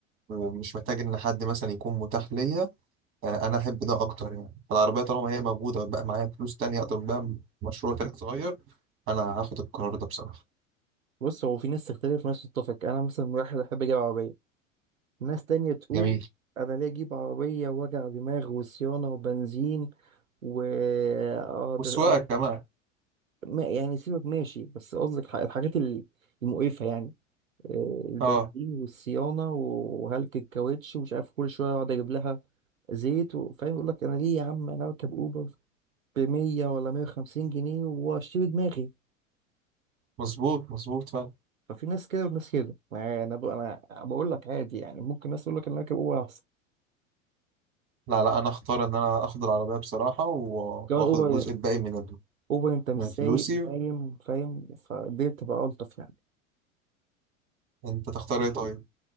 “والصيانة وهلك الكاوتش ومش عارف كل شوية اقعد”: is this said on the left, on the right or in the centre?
Right